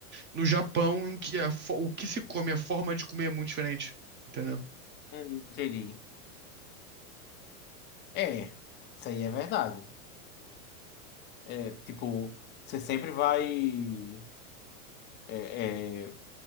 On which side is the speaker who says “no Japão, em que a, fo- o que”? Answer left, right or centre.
Right